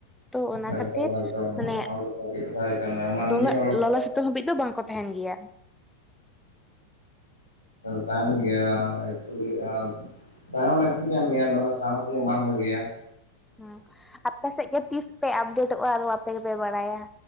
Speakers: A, in the centre; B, on the left.
A: ᱛᱚ ᱚᱱᱟ
B: ᱮᱠᱫᱚᱢ
A: ᱠᱷᱟᱹᱛᱤᱨ
B: ᱮᱠᱫᱚᱢ ᱱᱚᱣᱟ
A: ᱢᱟᱱᱮ
B: ᱫᱚ ᱥᱟᱹᱨᱤ ᱠᱟᱛᱷᱟ ᱜᱮ ᱠᱟᱱ ᱜᱮᱭᱟ ᱢᱟᱹᱱᱢᱤ
A: ᱫᱩᱱᱟᱜ
B: ᱦᱚᱲᱢᱚ
A: ᱞᱚᱞᱚ ᱥᱤ ᱥᱤᱛᱩᱝ ᱦᱟᱹᱵᱤᱡ ᱫᱚ ᱵᱟᱝᱠᱚ ᱛᱟᱦᱮᱱ ᱜᱮᱭᱟ।
B: ᱛᱟᱸᱦᱮᱱ ᱜᱮᱭᱟ <unintelligible> ᱛᱟᱸᱦᱮ ᱦᱚᱸ ᱞᱟᱹᱠᱛᱤ ᱠᱟᱱ ᱜᱮᱭᱟ ᱫᱚᱢᱮ ᱥᱟᱦᱚᱥᱤᱭᱟᱹ ᱵᱟᱝ ᱵᱷᱟᱹᱜᱤᱭᱟ।
A: ᱦᱮᱸ ᱟᱯᱮ ᱥᱮᱫ ᱜᱮ ᱛᱤᱥ ᱯᱮ ᱟᱯᱰᱮᱴᱚᱜᱼᱟ, ᱟᱫᱚ ᱟᱯᱮ ᱜᱮᱯᱮ ᱵᱟᱲᱟᱭᱟ।